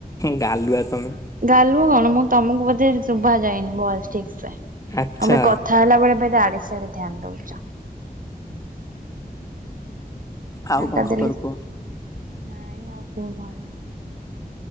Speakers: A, on the left; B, on the right.
A: ଗାଲୁଆ ତମେ।
B: ଗାଲୁ କଣ ମୁଁ ତମକୁ ବୋଧେ ଶୁଭା ଯାଇନି ବଲ ଠିକ ସେ।
A: ଆଚ୍ଛା
B: ଆମେ କଥା ହେଲା ବେଳେ ବ ଆଡେ ସାରେ ଧଧ୍ୟାନ ଦଉଛ,
A: ଆଉ କଣ
B: ଟା
A: ଖବର
B: ଦେଲେ ସେନା,
A: କୁହ?
B: ନାଇଁ ଆଉ ସବୁ ଭଲ।